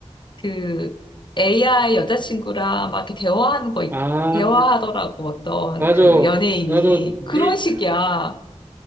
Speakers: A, on the left; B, on the right.
A: 그 AI 여자친구랑 막 이렇게 대화하는 거, 있-
B: 아,
A: 대화하더라고, 어떤
B: 맞아.
A: 그 연예인이.
B: 나도 네
A: 그런 식이야.